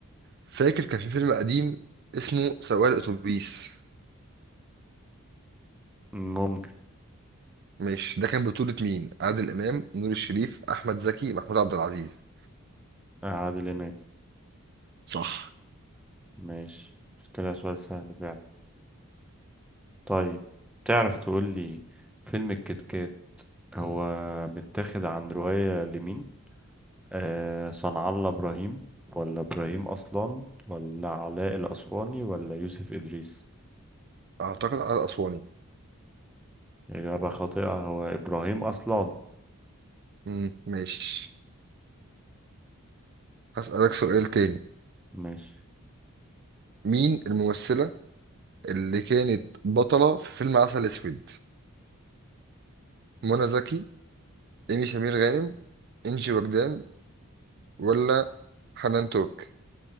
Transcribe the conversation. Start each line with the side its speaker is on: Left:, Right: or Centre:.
Right: فاكر كان في فيلم قديم اسمه سواق الاتوبيس
Centre: ممكن
Right: مش ده كان بطولة مين عادل امام نور الشريف احمد زكي محمود عبد العزيز
Centre: آه، عادل إمام
Right: صح
Centre: ماشي شفت لها سؤال سهل فعلا طيب تعرف تقول لي فيلم الكتكات هو متاخد عن رواية لمين آه صنع الله إبراهيم ولا إبراهيم أصلان ولا علاء الأسواني ولا يوسف إدريس
Right: اعتقد على الاسواني
Centre: إجابة خاطئة هو إبراهيم أصلان
Right: مم، ماشي هسألك سؤال تاني
Centre: ماشي
Right: مين الممثلة اللي كانت بطلة في فيلم عسل اسود منى زكي ايمي سمير غانم انجي وجدان ولا حنان ترك